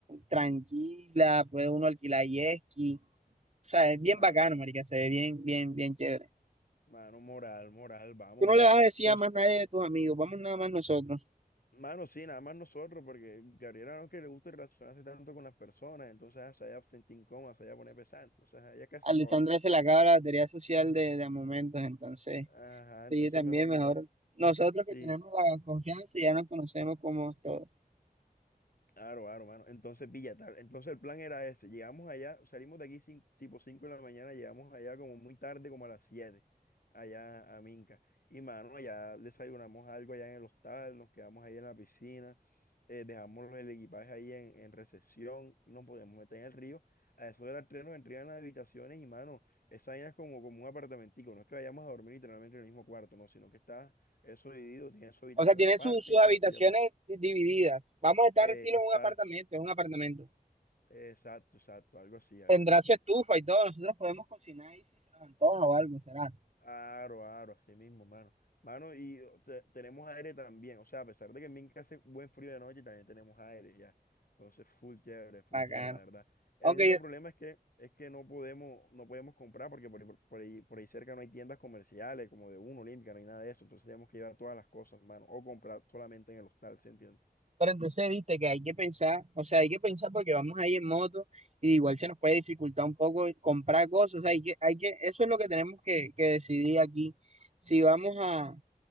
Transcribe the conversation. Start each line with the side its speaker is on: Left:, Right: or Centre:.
Right: tranquila, puede uno alquilar jet ski, o sea, es bien
Left: mano,
Right: bacano, marica, se ve bien, bien, bien chévere.
Left: mano, moral, moral, vamos,
Right: Tú no
Left: mano.
Right: le vas a decir
Left: Entonces,
Right: a más nadie de tus amigos, vamos nada más nosotros.
Left: Mano, sí, nada más nosotros, porque Gabriela no es que le gusta relacionarse tanto con las personas, entonces ah, se vaya a sentir incómoda, se vaya a poner pesada, entonces ah, ella casa
Right: Alessandra
Left: sola.
Right: se la acaba la batería social de, de a momentos, entonces
Left: Ajá, entonces
Right: ella también
Left: mejor, mejor.
Right: mejor. Nosotros que
Left: Sí,
Right: tenemos la confianza ya nos conocemos como todos.
Left: claro, claro, mano. Entonces, pilla tal. Entonces el plan era ese, llegamos allá, salimos de aquí cin- tipo 5 de la mañana, llegamos allá como muy tarde, como a las 7 allá a Minca. Y, mano, allá desayunamos algo allá en el hostal, nos quedamos ahí en la piscina. eh, dejamos el equipaje ahí en, en recepción y nos podíamos meter en el río. A eso de las tres nos entregan las habitaciones y, mano, esa vaina es como, como un apartamentico. No es que vayamos a dormir literalmente en el mismo cuarto, no, sino que está eso dividido, tiene su habitación
Right: O sea, tiene
Left: aparte
Right: su- sus
Left: y
Right: habitaciones
Left: la tuya por ahí.
Right: divididas. Vamos a estar
Left: Eh,
Right: estilo
Left: exacto,
Right: en un apartamento, en un apartamento.
Left: exacto, exacto, algo así, algo
Right: Tendrá
Left: así.
Right: su estufa y todo. Nosotros podemos cocinar ahí si se nos antoja o algo, será
Left: Aro, aro, así mismo, mano. Mano, y o, te- tenemos aire también. O sea, a pesar de que en Minca hace buen frío de noche, también tenemos aire ya. Entonces, full chévere, full
Right: bacano.
Left: chévere, la verdad. El
Right: Aunque
Left: único
Right: yo
Left: problema es que, es que no podemos, no podemos comprar porque por, ahí- por ahí, por ahí cerca no hay tiendas comerciales como de Uno, Olímpica, no hay nada de eso. Entonces tenemos que llevar todas las cosas, mano. O comprar solamente en el hostal, ¿se entiende?
Right: Pero entonces, viste que hay que pensar, o sea, hay que pensar porque vamos ahí en moto y igual se nos puede dificultar un poco comprar cosas, o sea, hay que, hay que, eso es lo que tenemos que, que decidir aquí, si vamos a,